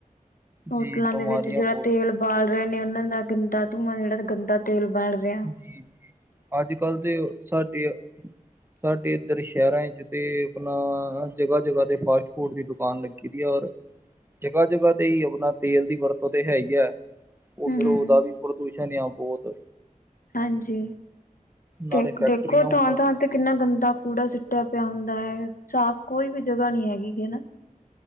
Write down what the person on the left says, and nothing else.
ਹੋਟਲਾਂ
ਦੇ ਵਿੱਚ ਜੇੜਾ
ਤੇਲ। ਬਾਲ ਰਏ ਨੇ ਉਨਾਂ ਦਾ ਗੰਦਾ ਧੂੰਆਂ, ਜੇੜਾ ਗੰਦਾ। ਤੇਲ ਬਲ ਰਿਆ।
ਹੂੰ
ਹਾਂਜੀ,
ਦੇਖ,
ਦੇਖੋ
ਥਾਂ-ਥਾਂ। ਤੇ ਕਿੰਨਾ ਗੰਦਾ ਕੂੜਾ ਸਿੱਟਿਆ ਪਿਆ ਹੁੰਦਾ ਹੈ। ਸਾਫ਼ ਕੋਈ ਵੀ ਜਗ੍ਹਾ ਨੀ ਹੈਗੀ ਗੀ, ਹੈਨਾ।